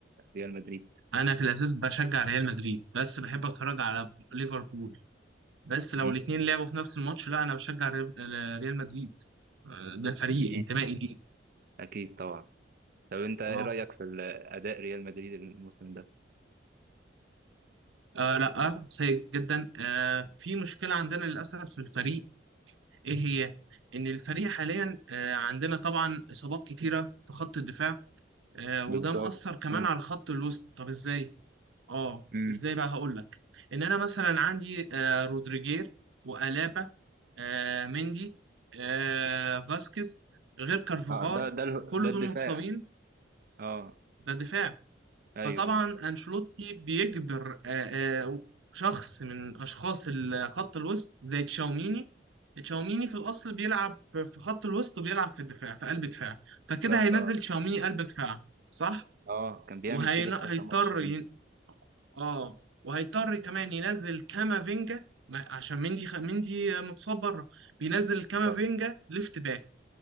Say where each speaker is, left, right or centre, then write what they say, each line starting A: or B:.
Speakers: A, on the right; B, on the right.
A: ريال مدريد
B: انا في الاساس بشجع ريال مدريد بس بحب اتفرج على ليفربول بس لو
A: مم.
B: الاتنين لعبوا في نفس الماتش لا انا بشجع ريف- ريال مدريد آه، ده الفريق
A: مم.
B: انتمائي ليه
A: اكيد طبعا طب انت ايه
B: اه
A: رايك في ال- اداء ريال مدريد الموسم ده
B: آه لا سيء جدا آه في مشكلة عندنا للأسف في الفريق ايه هي ان الفريق حاليا آه، عندنا طبعا اصابات كتيره في خط الدفاع آه،
A: بالظبط
B: وده مأثر كمان
A: اه
B: على خط الوسط طب ازاي اه
A: امم
B: ازاي بقى هقول لك ان انا مثلا عندي آه، رودريجير وألابا آه، مندي آه، فاسكيز غير كارفاغال
A: اه ده ده اله-
B: كل
A: ده الدفاع
B: دول متصابين
A: اه
B: ده دفاع
A: ايوه
B: فطبعا
A: ايوه
B: أنشيلوتي بيجبر آه، آه، شخص من أشخاص ال- خط الوسط زي تشاوميني تشاوميني في الأصل بيلعب في خط الوسط وبيلعب في الدفاع في قلب دفاع
A: بالظبط
B: فكده هينزل تشاوميني قلب دفاع صح
A: اه كان بيعمل
B: وهيضطر
A: كده في كذا ماتش بين
B: ي... اه وهيضطر كمان ينزل كامافينجا ما- عشان مندي خ... مندي آه، متصاب بره بينزل كامافينجا
A: بالظبط.
B: ليفت باك